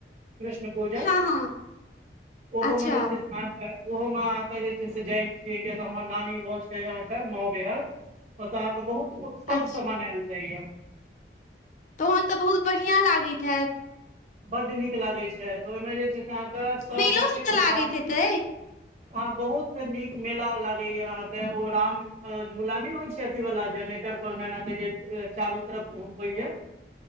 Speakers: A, on the right; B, on the left.
A: कृष्ण पूजा
B: हँ हँ
A: ओहोमे
B: अच्छा
A: जे छै स्वास्थ्य ओहो मे अहाँके जे छै से जाय छीै यै कििया तऽ हमर नाली गाँ छै अहाँके माँउ बेहट अहाँ के बहुत उत्सव
B: अच्छा
A: से मनायल जाय य
B: तहन तऽ बहुत बढ़िआँ लागैत हेत
A: बड्ड नीक लागै छै तऽ ओहिमे जे छै से अहाँके सभ
B: मेलो
A: जतेक
B: सब तऽ लागैत
A: बा
B: हेतै
A: अ बहुत नीक मेला लागैएा अहाँके ओ राम झूला नहि होइत छथि व जनेटर पर मे चारू तरफ घुमबै य